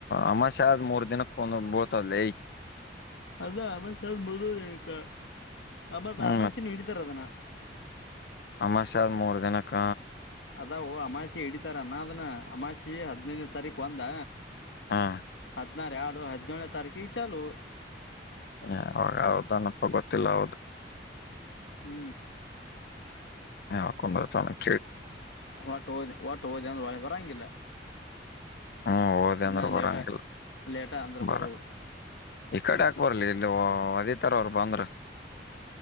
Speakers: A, on the left; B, on the left.
A: ಅಮಾಷ್ಯ ಆದ್ ಮೂರ್ ದಿನಕ್ಕೆ ಕಂದೋಗ್ ಬಳ್ತದ್ ಲೆ
B: ಅಲ್ಲ ಅಮಾವಶಿ ಆಗಿ ಮೂರ ದಿನಕ್ಕ ಅ
A: ಹ್ಮ್
B: ಅಮಾಸೆನ್ನು ಇಡಿ ತರದಾನ
A: ಅಮಷ್ಯ ಆದ ಮೂರ್ ದಿನಕ್ಕ
B: ಅದ ಅಮಾಾಸೆ ಇಡಿತಾರ ಅನ್ನದ್ನ ಅಮಾಸಿ ಹದಿನೈದು ತಾರೀುಕು ಒಂದ
A: ಹಾ
B: ಹದಿನಾರ ಎರಡು ಹದಿನೇಳನ ತಾರೀಕೀ ಚಲು
A: ಹ ಅವಾಗ ಹೌದನಪ್ಪ ಗೊತ್ತಿಲ್ಲ ಹೌದು
B: ಹೂ
A: ಹಾ ಹಕು ಮರ ಚ <unintelligible>
B: ಒಟ್ಟು ಹೋದ ಹೊಟ್ಟು ಹೋದ ಅಂದ್ರೆ ವಳ್ ಬರಂಗಿಲ್ಲ
A: ಹ್ಮ್ ಹೋದೆ
B: ಇನ್ನ
A: ಅಂದ್ರ
B: ಲೇಟ
A: ಬರಂಗಿಲ್ಲ
B: ಲೇಟ ಅಂದ್ರೆ
A: ಬರ
B: ಬರೋದು
A: ಈ ಕಡೆ ಹಾಕ್ ಬರ್ಲಿ ಇಲ್ಲಿ ವದಿತಾರ ಅವರು ಬಂದ್ರ